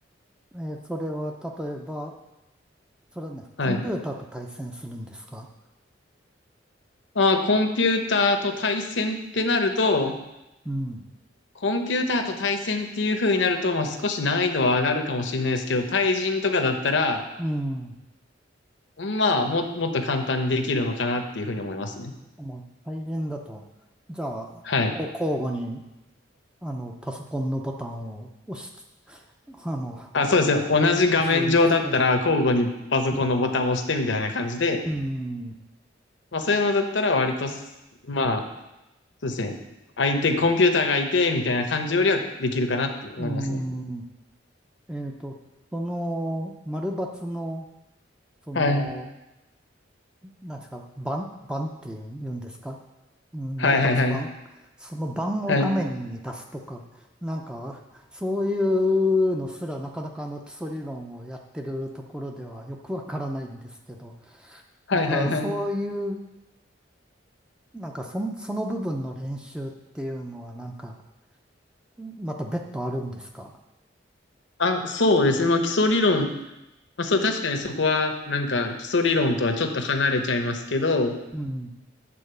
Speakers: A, in the centre; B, on the left.
A: ええ、それは、例えば、それはね、
B: はい。
A: コンピューターと対戦するんですか
B: まあー、コンピューターと対戦ってなると、
A: うん、
B: コンピューターと対戦っていう風になると、まあ、少し難易度は上がるかもしれないですけど、対人とかだったら、
A: うん。
B: まあ、も、もっと簡単にできるのかなっていう風に思いますね。
A: もう、対人だと、じゃあ、
B: はい。
A: こう交互に、あの、パソコンのボタンを押しつ、あの、
B: あ、そうですね。同じ画面上だったら、
A: あ押しつつ、
B: 交互にパソコンのボタンを押してみたいな感じで、
A: うん、うん、
B: まあそういうのだったら割とす、まあ、そうですね。相手、コンピューターがいて、みたいな感じよりはできるかなって思いますね。
A: うん。えっと、その、丸抜の、その、
B: はい。
A: なんですか、盤、盤って言うんですか、うん、
B: はいはいはい。
A: 丸抜盤。その盤を画面に出すとか、
B: はい。
A: なんか、そういうのすらなかなかあの基礎理論をやってるところではよくわからないんですけど、
B: はいはいはい。
A: なんかそういう、なんかそ、その部分の練習っていうのはなんか、また別途あるんですか
B: あ、そうですね。まあ基礎理論。まあそう、確かにそこは、なんか基礎理論とはちょっと離れちゃいますけど、
A: うん。